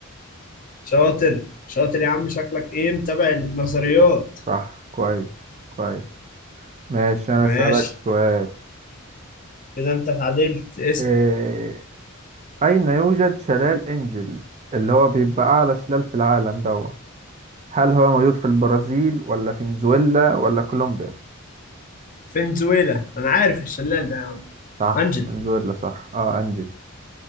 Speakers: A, on the left; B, on the right.
A: شاطر شاطر يا عم شكلك إيه متابع النظريات
B: صح كويس كويس ماشي أنا
A: ماشي
B: أسألك سؤال
A: كده أنت اتعدلت اسأل
B: إيه أين يوجد شلال إنجل اللي هو بيبقى أعلى شلال في العالم دوت هل هو موجود في البرازيل ولا فنزويلا ولا كولومبيا
A: فنزويلا أنا عارف الشلال ده يا عم
B: صح
A: أنجل
B: فنزويلا صح اه انجو